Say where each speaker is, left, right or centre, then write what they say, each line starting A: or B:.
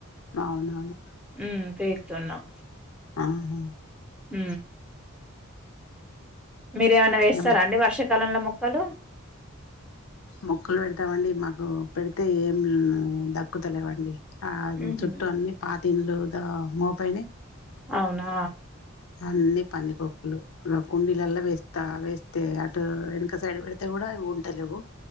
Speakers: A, on the left; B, in the centre.
A: అవునవును
B: హు పీకుతున్నాం
A: ఆహా
B: ఉ మీరేమైనా వేస్తారాండి
A: ఏం
B: వర్షకా కాలంలో మొక్కలు
A: మొక్కలు పెడతామండి మాకు పెడితే ఏం దక్కుతలేవండి ఆ అది
B: హుహు.
A: చుట్టూ అన్ని పాత ఇల్లు గా మోపైనై
B: అవునా
A: అన్ని పంది కొక్కులు కుండీలల్ల వేస్తా వేస్తే అటు వెనక సైడ్ పెడితే కూడా ఉంటలేవు